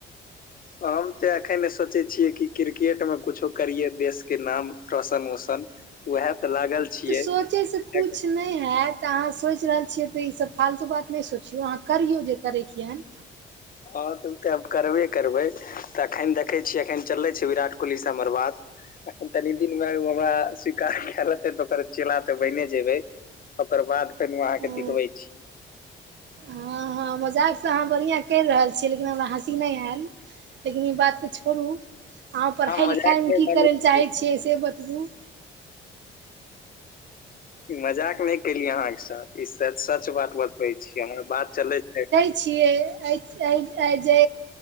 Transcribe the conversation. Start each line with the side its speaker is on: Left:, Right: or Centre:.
Left: हम तऽ एखनने सोचै छियै कि क्रिकेट मे कुछो करिय देश के नाम रौशन वोशन वएह त लागल छियै
Right: सोचैसँ
Left: <inaudible>
Right: किछु
Left: किकि
Right: नहि होयैत तऽ अहाँ सोचि रहल छियै तऽ ई सब फालतू बात नहि सोचियौ अहाँ करियौ जे करैकेन
Left: हँ तऽ ओ तऽ करबे करबै तऽ एखन देखै छियै एखन चललै छै विराट कोहली सँ हमर बात अख तनी दिन मे हमरा स्वीकार क लते तऽ ओकर चेला त बने जेबै ओकर बाद फेर नो अहाँके
Right: ओ
Left: दिखबै छी
Right: हँ हँ मजाक सँ अहाँ बढ़िआँ करि रहल छी लेकिन हमरा हँसी नहि आयल लेकिन ई बात तऽ छोरु अहाँ पढ़ाइ
Left: मजाक
Right: लिखाइमे
Left: नहि
Right: की
Left: मानै
Right: करै लए चाहै
Left: छी
Right: छियै से बतबू
Left: मजाक नहि केलिय अहा के साथ ई सच सच बात बतबे छी कि हमर बात चलै छै
Right: छिय आए आए जे